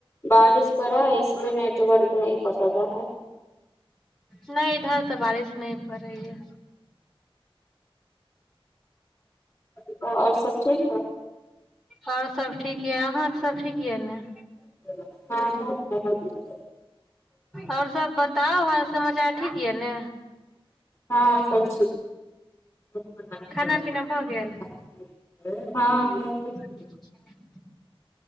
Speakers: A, on the left; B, in the centre.
A: बारिश पड़ा इसलिए नेटवर्क न पकड़ रहा है
B: न इधर तऽ बारिश न पड़ै य
A: तब ओर सब ठीक न
B: और सब ठीक यऽ अहाँके सब ठीक य ने
A: <inaudible>
B: और सब बताउ हल समाचार ठीक यऽ न
A: हँ सब ठीक
B: खाना पीना भऽ
A: <unintelligible>
B: गेल
A: <inaudible>
B: <inaudible>